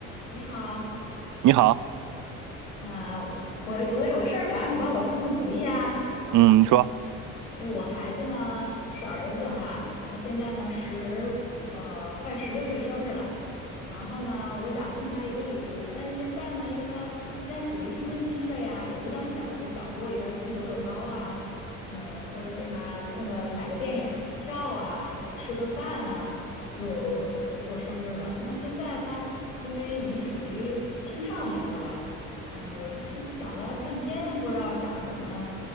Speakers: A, on the left; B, on the right.
A: 你好，
B: 你好，
A: 啊、我我有个事儿想让你帮我出出主意啊，
B: 嗯，你说，
A: 因为我孩子呢是儿子哈，他现在呢十呃快十六岁生日了，然后呢我想送他一个礼物，但是现在呢，因为他现在属于青春期了呀，也不像小时候，小时候我一般就送个乐高啊，嗯、或者给他送个买个电影儿票啊，吃个饭啊，就过生日了。那现在他因为已经属于青少年了吧？嗯，我是想了半天，不知道想什么